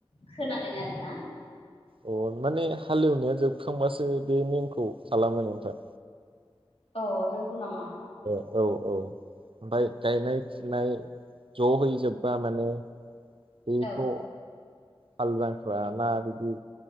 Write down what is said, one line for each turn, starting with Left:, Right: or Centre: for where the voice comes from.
Left: खोनादों आरो ना।
Right: अ माने हालेवनाया जोबखांबासो बे नेमखौ खालामो नोंथां।
Left: औ <unintelligible> <unintelligible> नामा?
Right: औ औ ओमफाय गायनाय फुनाय ज' हैजोबबा माने बेखौ
Left: औ
Right: हाल जांख्रा ना बिदि